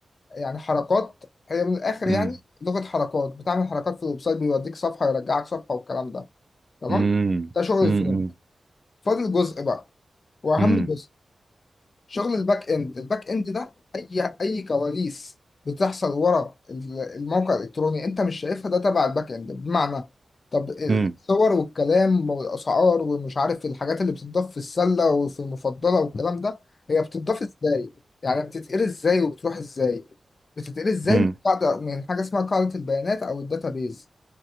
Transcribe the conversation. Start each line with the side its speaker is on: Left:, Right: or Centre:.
Left: يعني حركات هي من الاخر يعني
Right: امم
Left: لغه حركات بتعمل حركات في الويب سايت بيوديك صفحه يرجعك صفحه والكلام ده تمام
Right: امم
Left: ده شغل
Right: امم
Left: الفريم فاضل جزء بقى واهم
Right: امم
Left: جزء شغل الباك اند الباك اند ده اي اي كواليس بتحصل ورا ال- الموقع الالكتروني انت مش شايفها ده تبع الباك اند بمعنى طب
Right: امم
Left: الصور والكلام والاسعار ومش عارف الحاجات اللي بتضاف في السله وفي المفضله والكلام ده هي بتضاف ازاي يعني بتتقري ازاي وبتروح ازاي بتتقري ازاي
Right: امم
Left: من قاعده من حاجه اسمها قاعده البيانات او الداتابيز